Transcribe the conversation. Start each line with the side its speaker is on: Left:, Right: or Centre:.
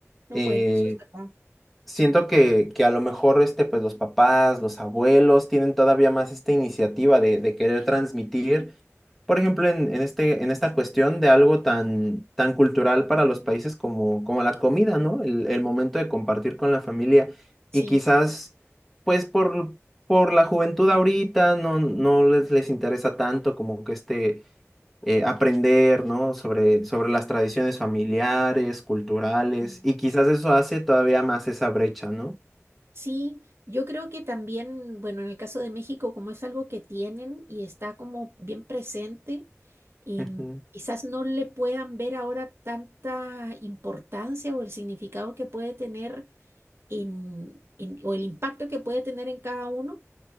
Right: no,
Centre: eh,
Right: bueno, eso es verdad.
Centre: siento que, que a lo mejor este, pues, los papás, los abuelos tienen todavía más esta iniciativa de, de querer transmitir, por ejemplo, en, en este, en esta cuestión de algo tan, tan cultural para los países como, como la comida, ¿no? El, el momento de compartir con la familia
Right: Sí.
Centre: y quizás, pues, por... Por la juventud ahorita no, no les, les interesa tanto como que este, eh, aprender, ¿no? Sobre, sobre las tradiciones familiares, culturales,
Right: Mm.
Centre: y quizás eso hace todavía más esa brecha, ¿no?
Right: Sí, yo creo que también, bueno, en el caso de México, como es algo que tienen y está como bien presente, em,
Centre: Ujú,
Right: quizás no le puedan ver ahora tanta importancia o el significado que puede tener en, en- o el impacto que puede tener en cada uno,